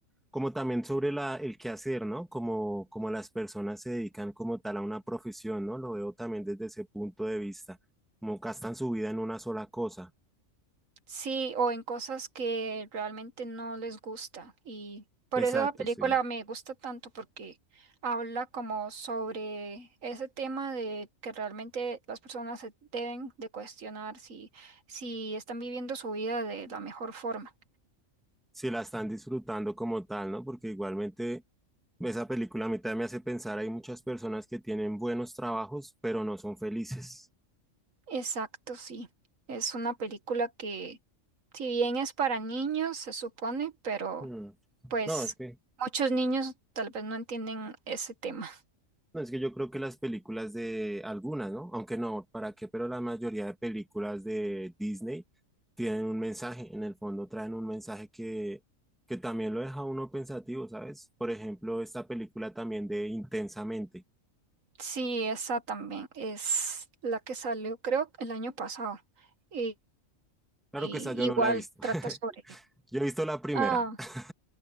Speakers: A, in the centre; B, on the right (about 80°).
A: como también sobre la, el quehacer, ¿no? Como, como las personas se dedican como tal a una profesión, ¿no? Lo veo también desde ese punto de vista, como gastan su vida en una sola cosa.
B: Sí, o en cosas que realmente no les gusta. Y por
A: Exacto,
B: eso la película
A: sí.
B: me gusta tanto porque habla como sobre ese tema de que realmente las personas se deben de cuestionar si, si están viviendo su vida de la mejor forma.
A: Si la están disfrutando como tal, ¿no? Porque igualmente esa película a mí también me hace pensar, hay muchas personas que tienen buenos trabajos, pero no son felices.
B: Exacto, sí. Es una película que, si bien es para niños, se supone, pero
A: Mm.
B: pues
A: No, es que
B: muchos niños tal vez no entienden ese tema.
A: No, es que yo creo que las películas de algunas, ¿no? Aunque no, ¿para qué? Pero la mayoría de películas de Disney tienen un mensaje, en el fondo traen un mensaje que, que también lo deja a uno pensativo, ¿sabes? Por ejemplo, esta película también de Intensamente.
B: Sí, esa también es la que salió, creo, el año pasado. Y,
A: Claro
B: y
A: que esa yo
B: igual
A: no la he visto.
B: trata
A: <laughs>
B: sobre...
A: Yo he visto la primera.
B: Ah,
A: <laughs>